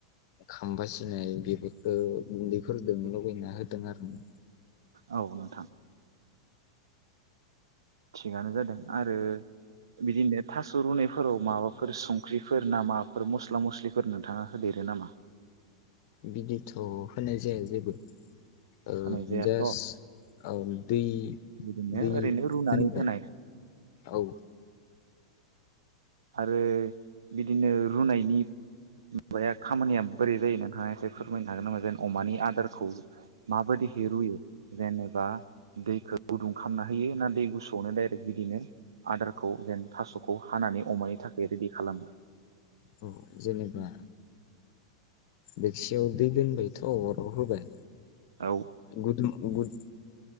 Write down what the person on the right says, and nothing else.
औ नोंथां थिगानो जादों आरो बिदिनो थास थुरुनायफोराव माबाफोर संख्रिफोर नामाफोर मस्ला मस्लिफोर नोंथाङा होदेरो नामा?
होनाय जायाथ'
बिदिनो
ओरैनो रुनानै
होनाय
आरो बिदिनो रुनायनि माबाया खामानिया बोरै जायो नोंथाङा एसे फोरमायनो हागोन नामा जेन अमानि आदारखौ? माबायदि हे रुयो? जेनेबा दैखौ गुदुं खालामना होयो ना दै गुसुआवनो डाइरेक्ट बिदिनो आदारखौ जेन थासखौ हानानै अमानि थाखाय रेदि खालामो?
औ